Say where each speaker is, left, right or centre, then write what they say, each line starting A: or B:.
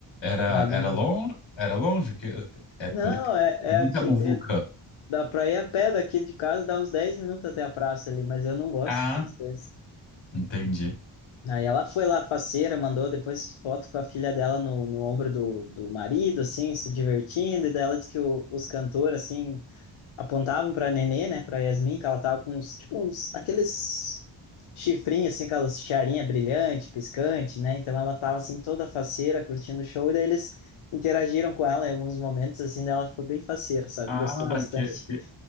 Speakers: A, on the left (about 65°); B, on the left (about 80°).
A: Era,
B: Ah, Não,
A: era longe, era longe que é
B: não,
A: por
B: é, é
A: e muita
B: aqui,
A: muvuca.
B: é, dá pra ir a pé daqui de casa, dá uns 10 minutos até a praça ali, mas eu não gosto
A: Ah,
B: dessas coisas.
A: entendi.
B: Aí ela foi lá, faceira, mandou depois foto com a filha dela no, no ombro do, do marido, assim, se divertindo. E daí ela disse que o- os cantores, assim, apontavam pra Nenê, né, pra Yasmin, que ela tava com uns, tipo, uns, aqueles chifrinhos, assim, aquelas tiarinha brilhante, piscante, né? Então ela tava, assim, toda faceira, curtindo o show. E daí eles interagiram com ela em alguns momentos, assim, daí ela ficou bem faceira, sabe?
A: Ah,
B: Gostou bastante.
A: que, que,